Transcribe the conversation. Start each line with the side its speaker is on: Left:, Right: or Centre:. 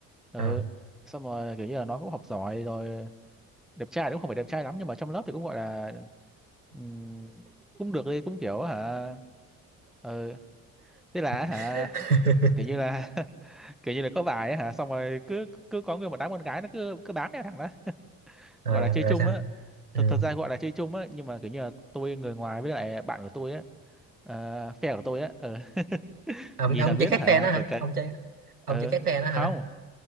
Centre: ừ
Right: À,
Centre: xong rồi kiểu như là nó cũng học giỏi rồi đẹp trai thì cũng không phải đẹp trai lắm nhưng mà trong lớp thì cũng gọi là ừm, cũng được đi cũng kiểu hả ừ thế là hả
Right: <laughs>
Centre: kiểu như là <laughs> kiểu như là có bài ấy hả xong rồi cứ cứ có người một đám con gái nó cứ cứ bám theo thằng đó
Right: à,
Centre: gọi là chơi
Right: rồi
Centre: chung
Right: sao?
Centre: á
Right: Ừ.
Centre: thật thật ra gọi là chơi chung á nhưng mà kiểu như là tôi người ngoài với lại bạn của tôi á ờ, phe của tôi á ừ. <laughs>
Right: Ông,
Centre: nhìn
Right: ông
Centre: là biết
Right: chơi khác
Centre: hả
Right: phe nó hả?
Centre: cái cái
Right: Ông chơi
Centre: ừ.
Right: ông chơi khác phe nó
Centre: không
Right: hả?